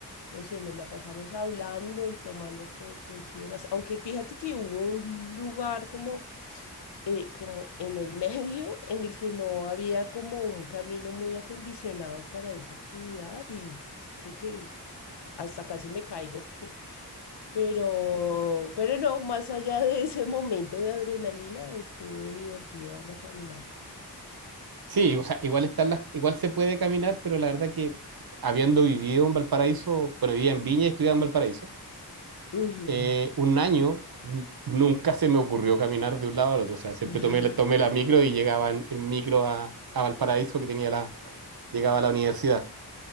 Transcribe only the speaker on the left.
no sé, nos la pasamos hablando y tomando fotos y demás. Aunque fíjate que hubo un lugar como, eh, como en el <laughs> medio en el que no había como un camino muy acondicionado para esa actividad y pf, creo que hasta casi me caigo. <laughs> Pero, pero no, más allá de ese momento de adrenalina, estuvo divertida la caminata.
Ujú.
<laughs>